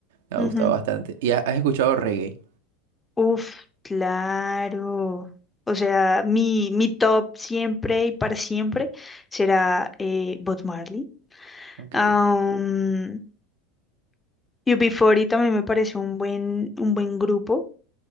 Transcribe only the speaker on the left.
ujú.
Uf, claro. O sea, mi, mi top siempre y para siempre será eh, Bob Marley.
Um, UB40 también me pareció un buen, un buen grupo